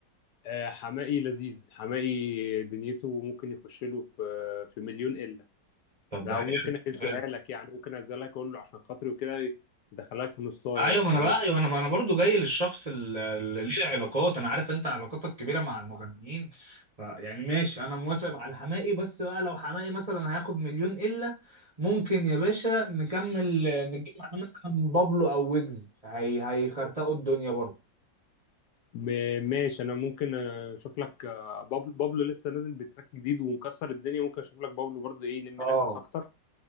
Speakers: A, on the left; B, on the right.
A: آه، حماقي لذيذ حماقي دنيته ممكن يخش له في في مليون الا
B: طب
A: ده
B: ده حلو
A: وممكن اهزها
B: حلو
A: لك يعني ممكن اهزها لك اقول له عشان خاطري وكده يدخلك في نصايه
B: ايوه
A: مثلا
B: ما انا بقى
A: نص
B: ايوه انا ما انا برضو جاي للشخص ال- اللي ليه علاقات انا عارف انت علاقاتك كبيره مع المغنيين فيعني ماشي انا موافق على حماقي بس بقى لو حماقي مثلا هياخد مليون الا ممكن يا باشا نكمل نجيب معاه مثلا بابلو او ويجز هي هيخرتقوا الدنيا برضو
A: م- ماشي انا ممكن اشوف لك آه، بابلو بابلو لسه نازل بتراك جديد ومكسر الدنيا ممكن اشوف لك بابلو برضه ايه يلم
B: اه
A: لك ناس اكتر